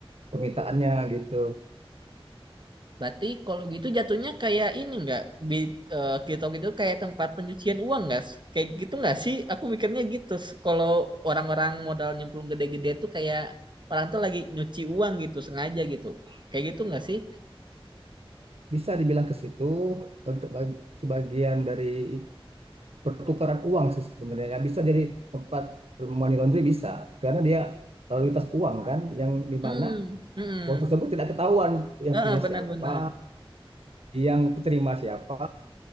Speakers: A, on the right (about 85°); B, on the right (about 50°).
A: permintaannya gitu.
B: Berarti kalau gitu jatuhnya kayak ini nggak di eh, TikTok itu kayak tempat pencucian uang nggak? Kayak gitu nggak sih? Aku mikirnya gitu. Kalau orang-orang modal nyemplung gede-gede tuh kayak orang tuh lagi nyuci uang gitu sengaja gitu. Kayak gitu nggak sih?
A: Bisa dibilang ke situ untuk bag- sebagian dari pertukaran uang sih sebenarnya. Ya, Bisa jadi tempat money laundry bisa karena dia lalu lintas uang kan yang di
B: Hmm,
A: mana
B: hmm,
A: uang tersebut tidak ketahuan yang
B: Heeh,
A: punya
B: benar-benar.
A: siapa, yang penerima siapa.